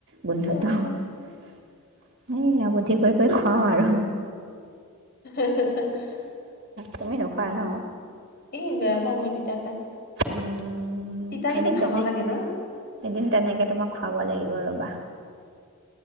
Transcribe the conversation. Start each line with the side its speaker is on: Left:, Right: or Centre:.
Right: গোন্ধটো
Left: অ',
Right: সেই আব এতিকৈকৈ খুৱওঁ আৰু
Left: হ
Right: তুমি নোখোৱা ন
Left: এই বেয়া পাওঁ মই তিতা খাই
Right: উম
Left: তিতা কিন্তু
Right: এদিন
Left: খাব
Right: তেনে
Left: লাগে ন?
Right: এদিন তেনেকে তোমাক খুৱাব লাগিব ৰ'বা